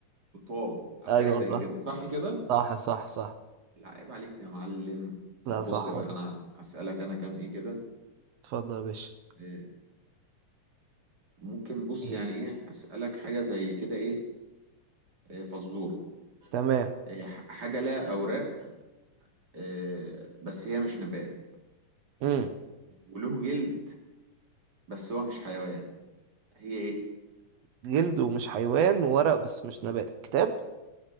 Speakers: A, on the right; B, on the right.
A: أوتاو أو
B: أيوة
A: حاجة زي
B: صح
A: كده صح كده؟
B: صح صح صح
A: لا عيب عليك يا معلم طب
B: لا صح
A: بص بقى
B: والله
A: أنا أسألك أنا كام إيه كده
B: اتفضل يا باشا
A: آه، ممكن بص
B: ماشي
A: يعني إيه أسألك حاجة زي كده إيه آه، فزور
B: تمام
A: آه، ح- حاجة لها أوراق آه، بس هي مش نبات
B: امم
A: وله جلد بس هو مش حيوان هي ايه
B: جلد ومش حيوان وورق بس مش نبات كتاب